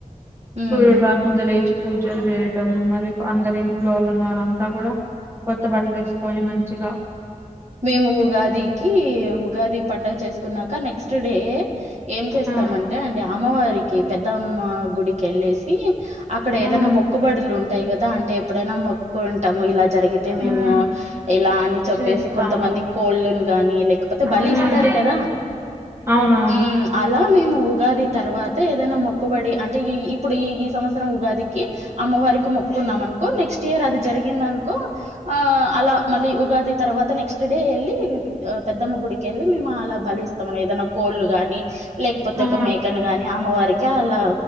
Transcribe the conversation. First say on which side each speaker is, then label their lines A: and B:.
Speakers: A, on the right (about 55°); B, on the right (about 15°).
A: హ్మ్.
B: సూర్యుడు రాకు ముందే లేచి పూజలు చేయడం మళ్ళీ అందరి ఇంట్లో వాళ్ళనళ్ అ కూడా కొత్త బట్టలు వేసుకొని మంచిగా
A: మేము ఉగాదికి ఉగాది పండగ చేసుకున్నాక నెక్స్ట్ డే ఏం చేస్తామంటే
B: ఆ
A: అండి అమ్మవారికి పెద్దమ్మ గుడికి వెళ్ళేసి అక్కడ ఏదైనా
B: ఆ
A: మొక్కుబడులు ఉంటాయి కదా అంటే ఎప్పుడైనా మొక్కు ఉంటాము ఇలా జరిగితే మేము
B: ఉమ్
A: ఇలా అని చెప్పేసి
B: చేస్తాము
A: కొంతమంది కుళ్ళును గానీ లేకపోతే బలి
B: ఉమ్
A: ఇస్తారు కదా
B: అవునవును
A: మ్మ్ అలా మేము ఉగాది తర్వాత ఏదైనా మొక్కుబడి అంటే ఈ ఇప్పుడు ఈ ఈ సంవత్సరం ఉగాదికి అమ్మవారికి మొక్కున్నాంనుకో నెక్స్ట్ ఇయర్ అది జరిగిందనుకో ఆ అలా మళ్ళీ ఉగాది తర్వాత నెక్స్ట్ డే ఎల్లి ఆ పెద్దమ్మ గుడికె కెళ్ళి మేము అలా బలిస్తాము ఏదనా కోళ్ళు గాని లేకపోతే
B: ఆ
A: ఒక మేకను గాని అమ్మవారికి అలా